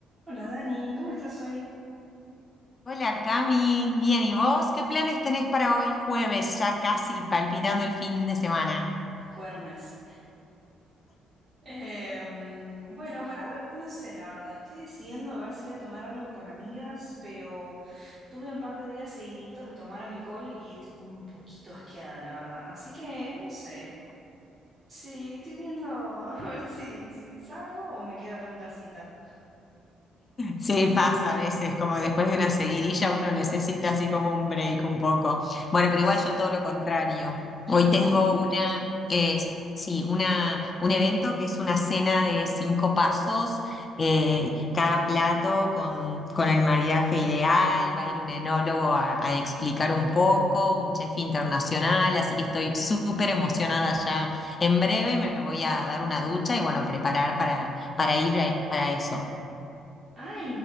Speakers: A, on the right (about 45°); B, on the left (about 40°).
A: Hola Dani, ¿cómo estás hoy?
B: Hola Cami, bien, ¿y vos? ¿Qué planes tenés para hoy jueves, ya casi palpitando el fin de semana?
A: Cuernes. Em, bueno, para hoy no sé, la verdad, estoy decidiendo a ver si voy a tomar algo con amigas, pero tuve un par de días seguiditos de tomar alcohol y estoy como un poquito asqueada, la verdad. Así que no sé, sí, estoy viendo <laughs> a ver si, si salgo o me quedo acá en casita.
B: Sí, pasa a veces, como después de una seguidilla uno necesita así como un break un poco. Bueno,
A: Hoy
B: pero
A: sí.
B: igual yo todo lo contrario. Hoy
A: ¿Ah,
B: tengo
A: sí?
B: una, eh, sí, una, un evento que es una cena de cinco pasos, eh, cada plato con, con el maridaje ideal, va a ir un enólogo a, a explicar un poco, un chef internacional, así que estoy súper emocionada ya. En breve me voy a dar una ducha y bueno, preparar para, para ir a- para eso.
A: Ay,